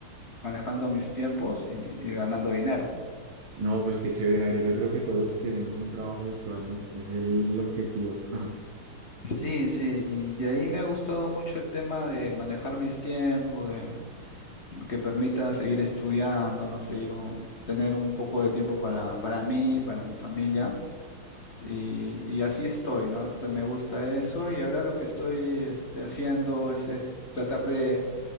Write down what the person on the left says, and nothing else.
manejando mis tiempos y, y ganando dinero.
Sí, sí, y de ahí me ha gustado mucho el tema de manejar mis tiempos, de que permita seguir estudiando, no seguir un, tener un poco de tiempo para, para mí, para mi familia Y, y así estoy, ¿no? Esto, me gusta eso y ahora lo que estoy este, haciendo es, es tratar de